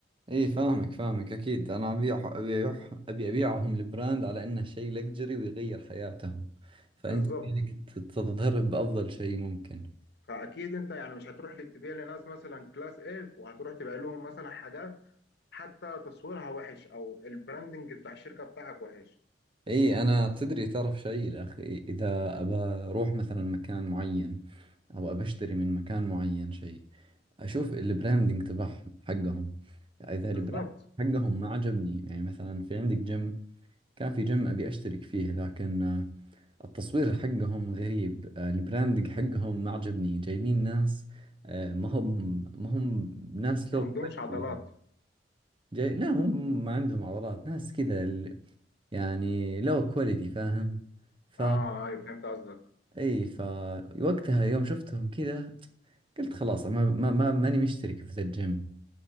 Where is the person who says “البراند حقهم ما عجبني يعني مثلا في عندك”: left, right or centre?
Right